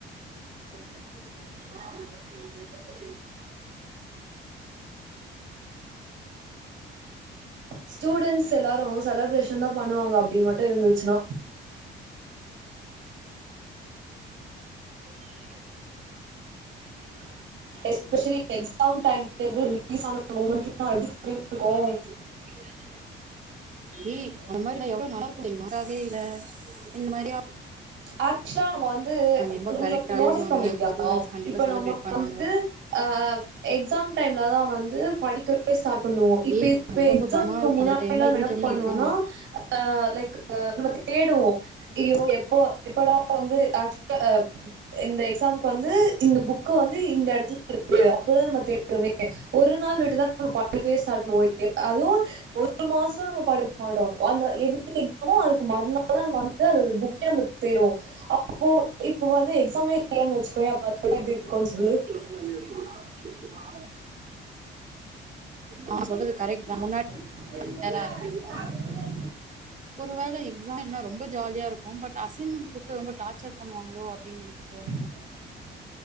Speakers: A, on the right; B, on the right.
A: <inaudible>
B: ஸ்டூடெண்ட்ஸ் எல்லாரு செலப்ரேஷன் தா பண்ணுவாங்க அப்டின் மட்டு இருந்துச்சுன்னா
A: ச <unintelligible>
B: especially exam time table release ஆன மூமெண்ட்லா எப்படி தெரியுமா இருக்கும்
A: ங்கேம சாத ஏ அந்த மாதிரி இருந்தா எவ்ளோ நல்லா இருக்கு தெரியுமா நல்லாவே இல்ல இந்த மாதிரியு
B: ஆக்சுவலா நம்ம வந்து
A: ரொம்ப
B: நீ
A: கரெக்டாவே
B: நோட்டீஸ்
A: சொன்ன
B: பண்ணிருக்கியா
A: ஸ்டூடெண்ட்ஸ் கண்டிப்பா
B: இப்ப
A: செலிப்ரேட்
B: நம்ம
A: பண்ணுவாங்க
B: வந்து அ எக்ஸாம் டைம்ல தா வந்து படிக்கவே ஸ்டார்ட் பண்ணுவோ இப்ப
A: ஏய்
B: இது இப்ப
A: அதெல்லா
B: எக்ஸாம்க்கு
A: ரொம்ப பயமா இருக்கு
B: முன்னாடி
A: அந்த டைம்ல
B: எல்லா
A: எப்டி
B: என்ன
A: தெரியுமா
B: பண்ணுவோனா
A: இருக்கு
B: அலைக் நம்ம தேடுவோ ஐயோ எப்போ எப்படா வந்து ஆக்ச <unintelligible> இந்த எக்ஸாம்க்கு வந்து இந்த புக்கு வந்து இந்த இடத்துல <unintelligible> அப்பதா நம்மதே வமே ஒரு நாள் விட்டுதா நம்ம படிக்கவே ஸ்டார்ட் பண்ணோ அதுவும் ஒரு மாசோ படிக்மாட்டோ அந்த என்னைக்கு எக்ஸாமோ அதுக்கு மறுநாள் நம்ம வந்து அதோட புக்க நம்ம தே அப்போ இப்ப வந்து எக்ஸாமே இல்லன்னு வச்சுக்கோயே அப்ப அந்த எடோ எப்டி இருக்கும்னு சொல்லு
A: <unintelligible> நா சொல்றது கரெக்ட் தா முன்னாடி
B: <inaudible>
A: விளையாட ஆரம்பிப்போ ஒரு வேளை எக்ஸாம் இல்னா ரொம்ப ஜாலியா இருக்கும் பட் அசைன்மெண்ட் கூட்டு ரொம்ப டார்ச்சர் பண்ணுவாங்களோ அப்டின்னு எனக்கு தோணுது
B: <inaudible>